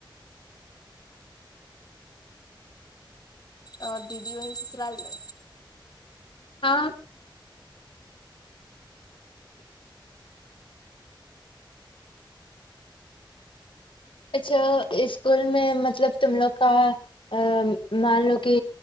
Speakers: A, on the left; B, on the left.
A: اور دیدی وہی سسرال میں
B: ہاں اچھا اسکول میں مطلب تم لوگ کا ا مان لو کہ